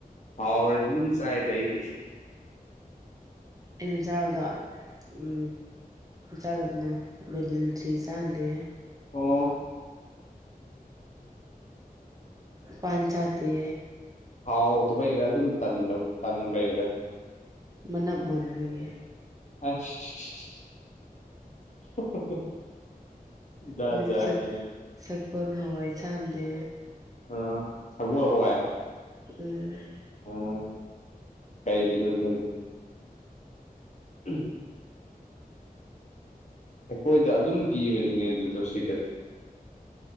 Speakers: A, on the left; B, on the right.
A: ꯍꯥꯎꯔꯗꯤ ꯑꯗꯨꯝ ꯆꯥꯏꯗ ꯑꯩꯗꯤ
B: ꯑꯩꯅ ꯆꯥꯕꯗꯣ ꯎꯝ ꯆꯥꯗꯕꯗꯣ ꯕꯦꯂꯤꯟꯗ꯭ꯔꯤ ꯆꯥꯗꯦ
A: ꯑꯣ
B: ꯄꯥꯟ ꯆꯥꯗꯦ
A: ꯍꯥꯎꯇꯕꯩꯔ ꯑꯗꯨꯝ ꯇꯟ ꯇꯟꯕꯩꯔ
B: ꯃꯅꯞ ꯃꯥꯟꯕꯒꯤ
A: ꯑꯁ ꯖꯥꯠ
B: ꯑꯗꯨꯒ
A: ꯖꯥꯠꯅꯤꯅꯦ
B: ꯁꯛ ꯁꯛꯒꫭꯜ ꯍꯋꯥꯏ ꯆꯥꯗꯦ
A: ꯑ ꯁꯒꯣꯜ ꯍꯋꯥꯏ
B: ꯎꯝ
A: ꯑꫭ ꯀꯩꯒꯤꯅꯣ ꯑꯗꯨꯅ ꯎꯝ ꯑꯩꯈꯣꯏꯗ ꯑꯗꯨꯝ ꯄꯤꯕꯅꯤꯅꯦ ꯑꯗꯨꯗꯣ ꯁꯤꯗ